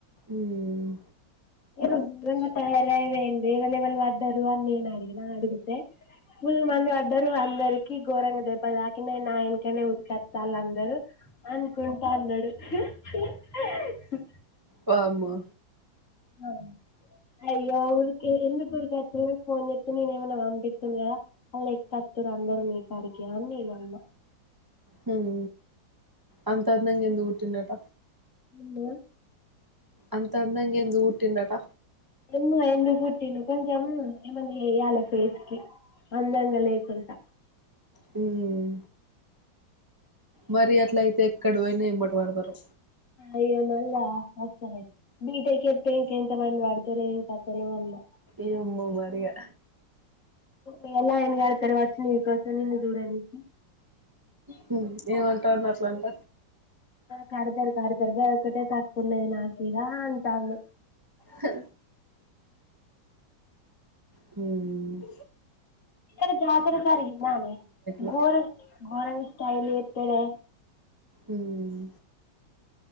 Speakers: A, on the right; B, on the left.
A: మ్మ్
B: ఇరువ్ నిజన్ ట్యా <unintelligible> రైమెంది ఎవలెవల్ బడ్డర్ అన్ నేన్ అడిగిన అడుగుతే ఫుల్ మంద్ బడ్డఅన్ అందరికి గోరంగ దెబ్బల్ దాకినయ్ నా ఏనకనే ఉర్ కతాల్ అందరు అన్ కుంటా అనడు హ్ హ్ హి హి
A: వామ్మో
B: అ అయ్యో ఉర్ కే ఎందుకుర్ కొతనవ్ ఫోన్ జెతే నేన్ ఏమనా వాంపితునే గద అల్ ఎతత్ తుర్ అందరు నీ కాడిగె అన్ నేనన్న
A: హుమ్ అంతందంగా ఎందుక్ పుట్టినట
B: ముల్లో
A: అంతందంగ ఎందుక్ పుటింనట
B: యమ్ మో ఎందుక్ పుటిండో కొంచమ్ ఏమన్ ఏయాల ఫేస్ కి అందంగ లేకుంట
A: హుమ్ మరి అట్ల అయితే ఎక్కడ్ బోయిన యమ్ మట పడతరు
B: అయ్యో మల్ల ఆ మస్ పనై <unintelligible> బీటెక్ జేతే ఇంక్ ఎంత మంది బడ్ తారో ఏం కత్ తున్నదో అన్న
A: ఏమో మరియా
B: ఇంగె లైన్ గడతర్ ఓచ్చి నీకొసమ్ నిన్ను జూడనికి
A: హ్మ్ ఏవంటండ్ అస్ లంట
B: కర్ తర్ కర్ తర్ గా ఒకటే తక్కుకునది నా కిగ అంటండ్
A: హ హ్మ్
B: ఇకరు జాతర జర్ గిందనే
A: ల
B: బోరు గోరంగ్ స్టై ల్ జేతడే
A: ఉమ్